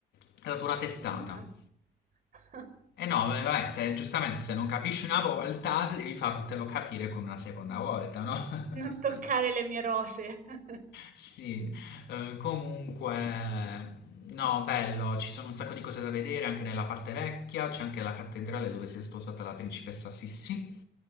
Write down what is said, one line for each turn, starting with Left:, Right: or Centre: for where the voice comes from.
Left: È stata una testata.
Right: mannà. <laughs>
Left: E no, beh, vabbè, se- giustamente se non capisci una volta, devi fartelo capire con una seconda volta, no?
Right: Non toccare
Left: <laughs>
Right: le mie rose. <laughs>
Left: Sì, eh, comunque, no, bello, ci sono un sacco di cose da vedere anche nella parte vecchia, c'è anche la cattedrale dove si è sposata la principessa Sissi.